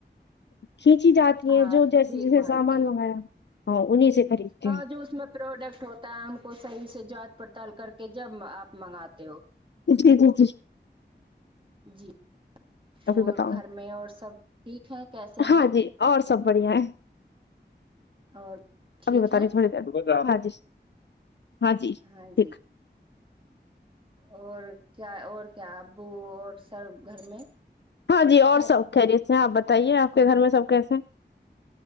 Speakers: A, on the left; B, on the right.
A: کھینچی جاتی
B: ہاں
A: ہیں جو جیسے
B: دیکھ
A: جیسے
B: بھال
A: سامان
B: کے
A: منگایا ہاں انہیں سے خریدتی
B: ہاں
A: ہ
B: جو اس میں پروڈکٹ ہوتا ہے ان کو صحیح سے جانچ پڑتال کر کے جب آپ منگاتے ہو
A: جی جی جی
B: جی
A: ابھی
B: اور
A: بتاؤ
B: گھر میں اور سب ٹھیک ہیں کیسے
A: ہاں
B: ہیں
A: جی اور سب بڑھیا ہے
B: اور ٹھیک
A: ابھی بت
B: ہیں
A: رہے تھوڑی دیر ہاں جی ہاں جی
B: ہاں
A: ٹھیک
B: جی اور کیا اور کیا ابو اور سر گھر میں
A: ہاں جی اور
B: کیا
A: سب خیریت سے ہیں آپ بتائیے آپ کے گھر میں سب کیسے ہیں